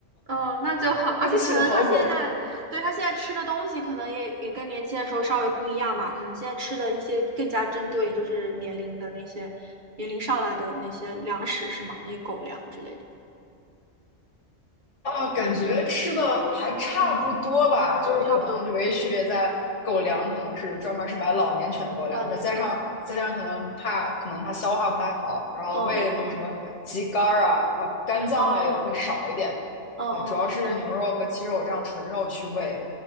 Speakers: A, on the right; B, on the left.
A: 哦，那就好，而且可能他现在，
B: 争气的好狗。
A: 对，他现在吃的东西可能也也跟年轻的时候稍微不一样吧，可能现在吃的一些更加针对就是年龄的那些年龄上来的那些粮食是吗？那些狗粮之类的，
B: 啊，感觉吃的还差不多吧，
A: 嗯，
B: 就是可能就唯一区别在狗粮，
A: 差不多，嗯，
B: 可能是专门是买老年犬的狗粮，
A: 老年狗，
B: 再加上再加上可能怕可能它消化不太好，然后喂的那个什么鸡肝儿啊，
A: 嗯嗯嗯，
B: 然后肝脏类的会少一点，
A: 哦，哦哦哦。
B: 然后主要是牛肉和鸡肉这样纯肉去喂，